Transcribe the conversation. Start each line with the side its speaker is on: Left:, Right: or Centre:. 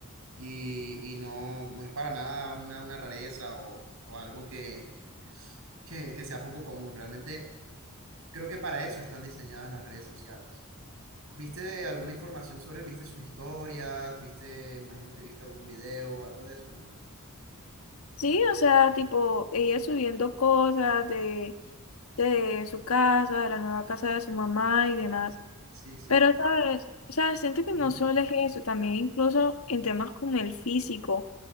Right: y, y no, no es para nada una, una rareza o, o algo que, que que sea poco común. Realmente creo que para eso están diseñadas las redes sociales. ¿Viste alguna información sobre él? ¿Viste sus historias? ¿Viste, imagino que viste algún video, algo de eso, ¿no?
Left: Sí, o sea, tipo ella subiendo cosas de, de su casa, de la nueva casa de su mamá y demás.
Right: Sí, sí.
Left: Pero, ¿sabes? O sea, siento que
Right: Ujú.
Left: no solo es eso, también incluso en temas como el físico.